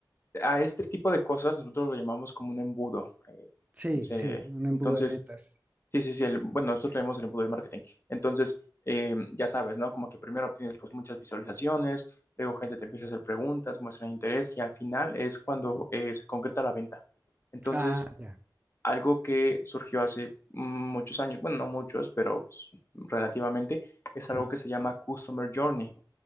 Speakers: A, on the left; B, on the right.
A: a este tipo de cosas, nosotros lo llamamos como un embudo. Eh,
B: sí,
A: se-
B: sí, un embudo
A: entonces,
B: de ventas.
A: Sí, sí, sí. el- bueno, nosotros leemos el embudo de marketing. Entonces, eh, ya sabes, ¿no? Como que primero obtienes pues muchas visualizaciones, luego gente te empieza a hacer preguntas, muestran interés y al final es cuando eh, se concreta la venta. Entonces,
B: Ah, ya,
A: algo que surgió hace mm, muchos años, bueno, no muchos, pero pues, relativamente, es
B: sí.
A: algo que se llama Customer Journey.